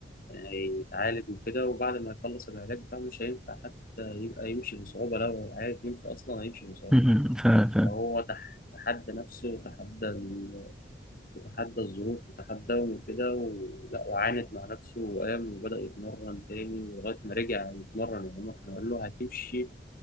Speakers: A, on the left; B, in the centre.
A: يعني هيتعالج وكده وبعد ما يخلص العلاج بتاعه مش هينفع حتى يبقى يمشي بصعوبة لو عارف يمشي أصلا هيمشي بصعوبة.
B: <laughs> ف... ف...
A: هو تح- تحدى نفسه وتحدى ال... وتحدى الظروف وتحدى وكده ولا وعاند مع نفسه وقام وبدأ يتمرن تاني لغاية ما رجع يتمرن يعني هما كانوا قالوا له هتمشي